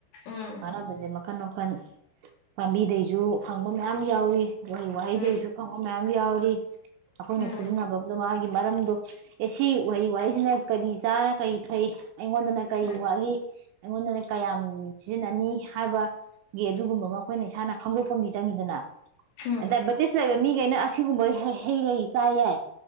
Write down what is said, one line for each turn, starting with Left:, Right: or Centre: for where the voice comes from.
Left: ꯎꯝ
Right: ꯑꯍꯥꯟꯅꯕꯁꯦ ꯃꯈꯟ ꯃꯈꯜ ꯄꯥꯝꯕꯤꯗꯩꯁꯨ ꯍꯪꯕ ꯌꯥꯝ ꯌꯥꯎꯋ ꯋꯥꯍꯩ ꯋꯥꯍꯩꯗꯁꯨ
Left: ꯎꯝ
Right: ꯐꯪꯕ ꯃꯌꯥꯝ ꯕꯤ ꯌꯥꯎꯂꯤ ꯑꯩꯈꯣꯏꯅ
Left: ꯎꯝ
Right: ꯁꯤꯖꯤꯟꯅꯐꯝ ꯑꯗꯣ ꯃꯥꯒꯤ ꯃꯔꯝꯗꯣ ꯑꯦ ꯁꯤ ꯋꯥꯍꯩ ꯋꯥꯍꯩꯁꯤꯅ ꯀꯔꯤ ꯆꯥꯔ ꯀꯔꯤ ꯐꯩ ꯑꯩꯉꯣꯟꯗꯅ ꯀꯔꯤ
Left: ꯎꯝ
Right: ꯋꯥꯠꯂꯤ ꯑꯩꯉꯣꯟꯗꯅ ꯀꯌꯥꯝ ꯁꯤꯖꯤꯟꯅꯅꯤ ꯍꯥꯏꯕꯒꯤ ꯑꯗꯨꯒꯨꯝꯕ ꯑꯃ ꯑꯩꯈꯣꯏꯅ ꯏꯁꯥꯅ ꯈꯪꯗꯣꯛ ꯄꯨꯡꯗꯤ ꯆꯪꯈꯤꯗꯅ
Left: ꯎꯝ
Right: ꯗꯥꯏꯕꯦꯇꯤꯁꯂꯕ ꯃꯤ ꯈꯩꯅ ꯁꯤꯒꯨꯝꯕ ꯍꯩ ꯂꯩ ꯆꯥꯏ ꯌꯥꯏ